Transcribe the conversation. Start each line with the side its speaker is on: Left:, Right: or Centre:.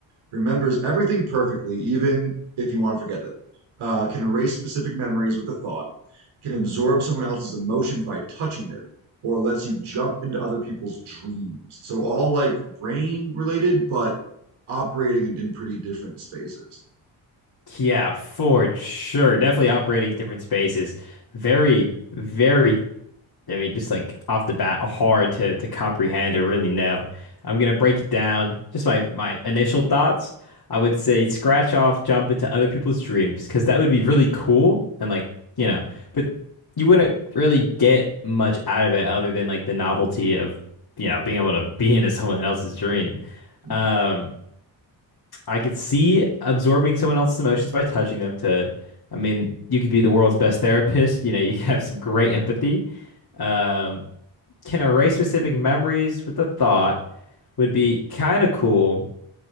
Right: remembers everything perfectly, even if you want to forget them, uh, can erase specific memories with a thought, can absorb someone else's emotions by touching them, or lets you jump into other people's dreams. So all like brain related, but operating in, in pretty different spaces.
Left: Yeah, for sure. Definitely operating different spaces. Very, very, I mean, just like off the bat, hard to to comprehend or really know. I'm gonna break it down. Just my my initial thoughts. I would say scratch off, jump into other people's dreams, because that would be really cool and like, you know, but you wouldn't really get much out of it other than like the novelty of, you know, being able to be <laughs> into someone else's dream.
Right: Yeah.
Left: Um, I could see absorbing someone else's emotions by touching them to, I mean, you could be the world's best therapist. You know, you could have some great empathy. Um, can erase specific memories with a thought would be kind of cool,